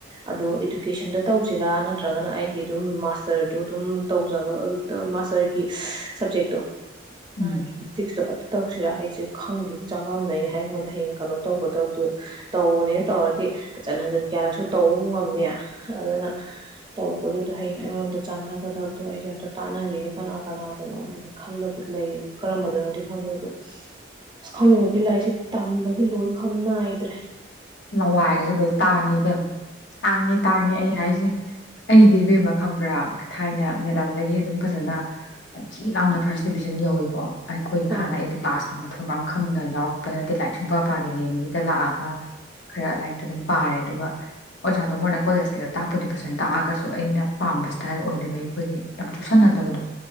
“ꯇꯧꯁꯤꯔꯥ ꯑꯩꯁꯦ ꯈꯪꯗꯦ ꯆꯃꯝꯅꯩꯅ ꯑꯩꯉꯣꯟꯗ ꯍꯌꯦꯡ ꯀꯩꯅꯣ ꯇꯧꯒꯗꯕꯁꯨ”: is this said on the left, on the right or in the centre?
Right